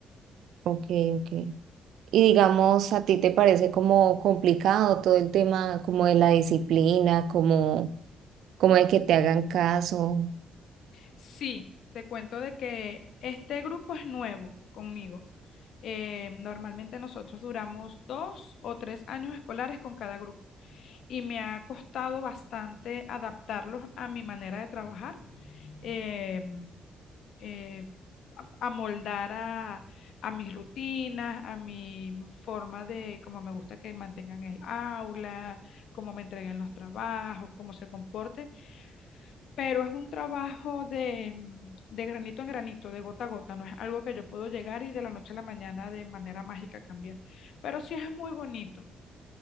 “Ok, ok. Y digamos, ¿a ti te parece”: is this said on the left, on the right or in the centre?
Right